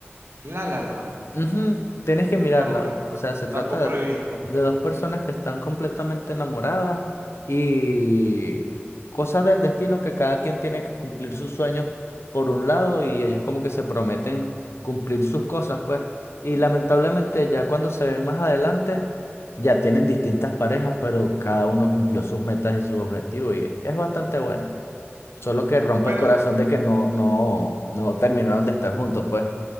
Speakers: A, on the right (about 70°); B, on the left (about 70°).
A: La La Land.
B: Ujú, Tienes que mirarla,
A: No,
B: o, o sea, se trata
A: tampoco la
B: de,
A: he visto.
B: de dos personas que están completamente enamoradas y cosas del destino que cada quien tiene que cumplir sus sueños por un lado y ellos como que se prometen cumplir sus cosas, pues. Y lamentablemente ya cuando se ven más adelante, ya tienen distintas parejas, pero cada uno cumplió sus metas y sus objetivos y es bastante bueno. Solo que rompe
A: Bueno,
B: el corazón de que no, no, no terminaron de estar juntos, pues.